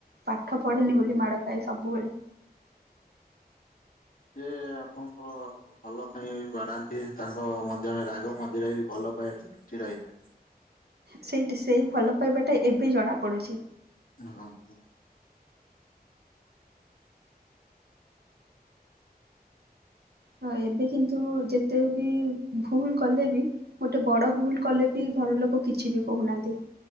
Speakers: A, on the right (about 80°); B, on the left (about 60°).
A: ପାଠ ପଢେନି ବୋଲି ମାଡ ଖାଏ ସବୁବେଳେ।
B: ସେ ଆପଣଙ୍କର ଭଲ ପାଇଁ ହିଁ ବାଡ଼ାନ୍ତି, ତାଙ୍କ ମଧ୍ୟରେ ରାଗ ମଝିରେ ବି ଭଲ ପାଇବାଟା ଲୁଚି ରହିଥାଏ।
A: ସେଇଟି ସେଇ ଭଲ ପାଇବାଟା ଏବେ ଜଣାପଡ଼ୁଛି।
B: ହଁ ହଁ।
A: ହଁ ଏବେ କିନ୍ତୁ ଯେତେ ବି, ଭୁଲ କଲେ ବି ଗୋଟେ ବଡ ଭୁଲ କଲେ ବି ଘର ଲୋକ କିଛି ବି କହୁନାହାନ୍ତି।